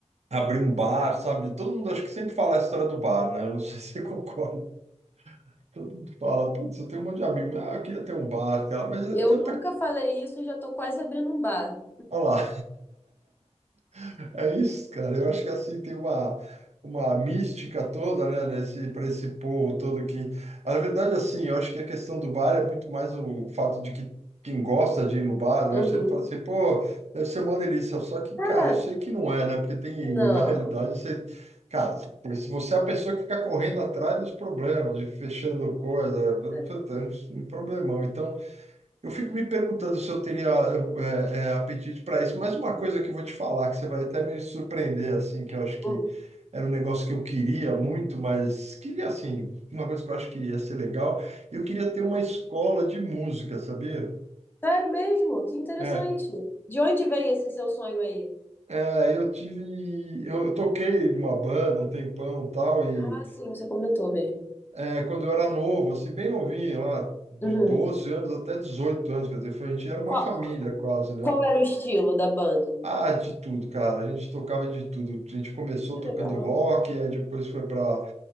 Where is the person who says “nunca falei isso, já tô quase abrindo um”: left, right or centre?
Left